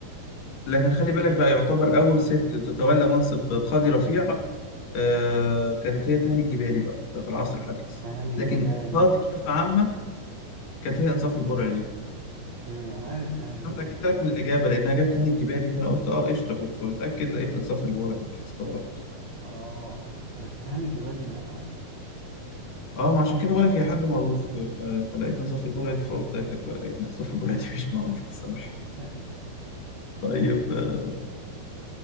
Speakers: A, on the left; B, on the right.
A: لكن خلي بالك بقى يعتبر أول ست تتولى منصب قاضي رفيع آه، كانت هي تهاني الجبالي بقى ده في العصر الحديث
B: تهاني الجبالي
A: لكن قاضي بصفة عامة كانت هي إنصاف البرعي دي
B: اوكي انا عارف تهاني الجبالي
A: أنا متأكدت لك من الإجابة لأنها جت تهاني الجبالي فأنا قلت أه قشطة فبتأكد لقيت إنصاف البرعي دي فاستغربت
B: اه بس تهاني الجبالي انا عارف
A: أه ما عشان كده بقول لك هي حد معروف ف... فلقيت إنصاف البرعي دي فقلت لك بقى لأن إنصاف البرعي دي مش معروف بصراحة
B: <laughs>
A: طيب آه،